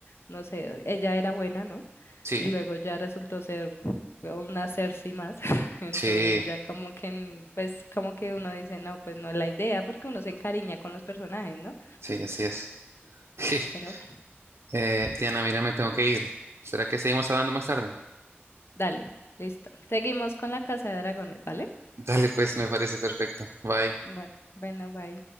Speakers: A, on the left (about 70°); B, on the right (about 90°).
A: no sé, ella era buena, ¿no?
B: sí,
A: Y luego ya resultó ser una Cersei más. <laughs> Entonces
B: sí,
A: ya como que, pues como que uno dice, no, pues no es la idea, porque uno se encariña con los personajes, ¿no?
B: sí, así es. <laughs>
A: pero
B: Eh, Diana, mira, me tengo que ir. ¿Será que seguimos hablando más tarde?
A: Dale, listo. Seguimos con la casa de dragones, ¿vale?
B: Dale, pues, me parece perfecto. Bye.
A: Bueno, bueno, bye.